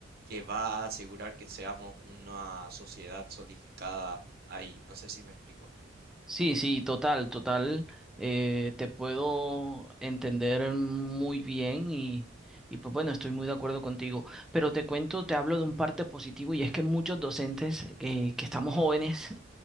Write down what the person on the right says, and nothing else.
que va a asegurar que seamos una sociedad solidificada ahí. No sé si me explico.